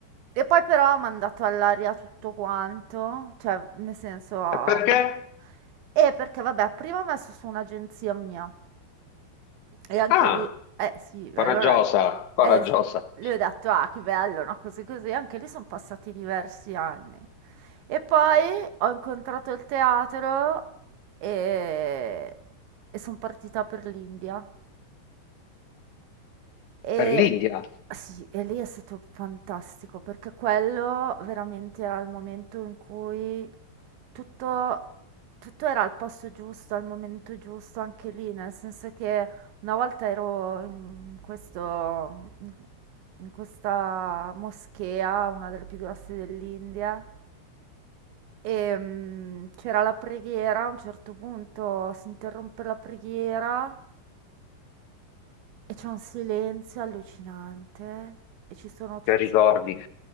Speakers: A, on the right; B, on the left.
A: E, poi però ho mandato all'aria tutto quanto, cioè, nel senso... ah,
B: e perché?
A: ma- E perché, vabbè, prima ho messo su un'agenzia mia. E anche
B: Ah,
A: lì, eh sì,
B: coraggiosa,
A: allora,
B: coraggiosa.
A: eh, s- le ho detto, ah, che bello, no? Così così, anche lì sono passati diversi anni. E poi ho incontrato il teatro e, e sono partita per l'India. E
B: Per l'India,
A: sì, e lì è stato fantastico perché quello veramente era il momento in cui tutto, tutto era al posto giusto, al momento giusto, anche lì, nel senso che una volta ero in questo, in questa moschea, una delle più grosse dell'India, e mm, c'era la preghiera, a un certo punto si interrompe la preghiera e c'è un silenzio allucinante e ci sono tutti...
B: che ricordi?